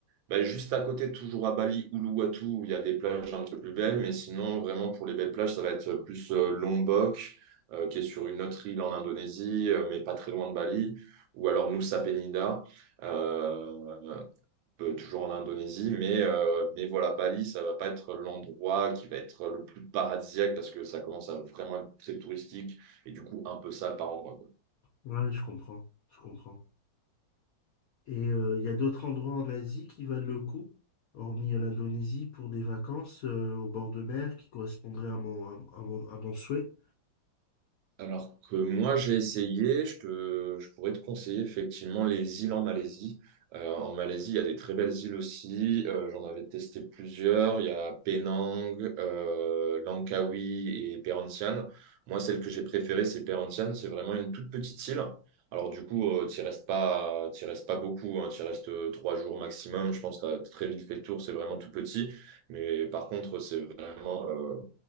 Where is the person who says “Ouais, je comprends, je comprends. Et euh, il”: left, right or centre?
Left